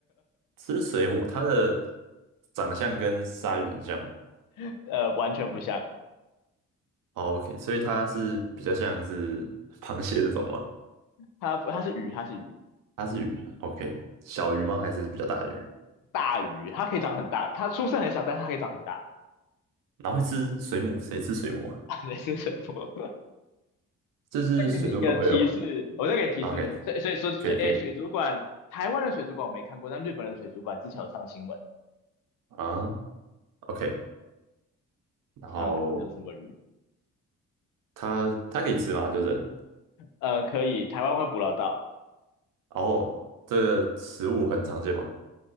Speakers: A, on the right (about 80°); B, on the left (about 80°).
A: 吃水母，它的长相跟鲨鱼很像吗？
B: <laughs> 呃，完全不像，
A: 哦，OK，所以它是比较像是螃蟹这种吗？
B: 它它是鱼，它是鱼，
A: 它是鱼，OK，小鱼吗？还是比较大的鱼？
B: 大鱼，它可以长很大，它出生很小，但是它可以长很大，
A: 然后会吃水母，谁吃水母啊？
B: <laughs> 类似水母。
A: 这是水族馆会有啊
B: 再给你一个提示，我再给提示，
A: ，OK，
B: 所以所以所以哎，
A: 可以可以
B: 水族馆，台湾的水族馆我没看过，但日本的水族馆之前有上新闻，
A: 啊，OK，然后
B: 看看看看有什么鱼。
A: 它它可以吃吗？就人，
B: 呃，可以，台湾会捕捞到。
A: 然后这个食物很常见吗？